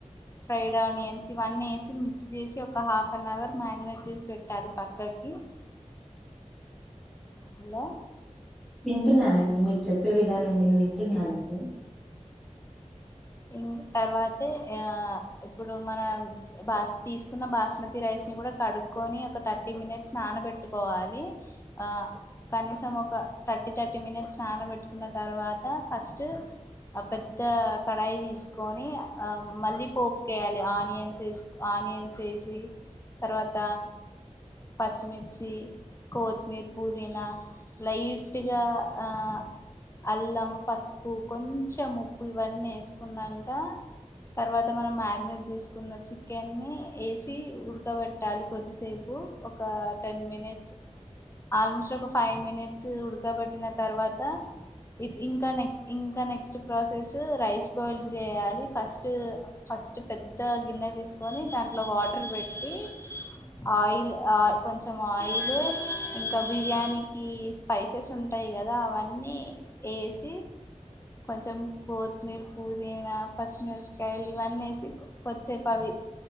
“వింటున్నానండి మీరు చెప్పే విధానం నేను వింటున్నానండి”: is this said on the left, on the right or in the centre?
Centre